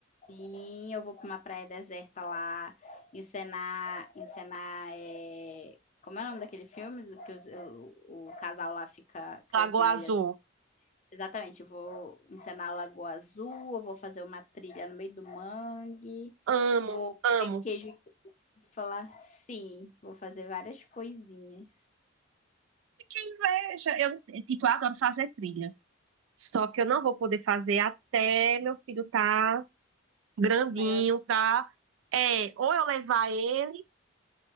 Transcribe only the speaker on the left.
Sim, eu vou para uma praia deserta lá, encenar, encenar, é... como é o nome daquele filme do que os- o, o casal lá fica, cresce
na
ilha? Exatamente, eu vou encenar a Lagoa Azul, eu vou fazer uma trilha no meio do mangue,
vou
comer queijo de falar sim, vou fazer várias coisinhas.
Mas, eu-